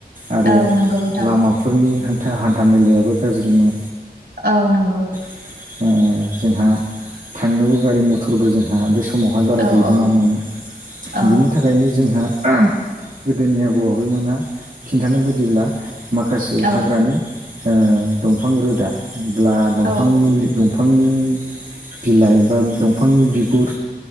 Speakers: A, on the right; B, on the right.
A: आरो
B: औ नंगौ नोंथां
A: लामाफोरनि हान हान्था मेलायाबो गाज्रिमोन
B: औ नंगौ
A: अ जोंहा थांनोबो गारि मथरबो जोंहा बे समावहाय बारा
B: औ
A: गैबांङामोन
B: औ औ
A: बिनि थाखायनो जोंहा गोदोनि आबौ आबैमोनहा खिन्थानाय बायदिब्ला माखासे
B: औ
A: हाग्रानि अ दंफां रोदा बब्ला दंफां
B: औ
A: मुलिंफ फांनि बिलाइ बा दंफांनि बिगुर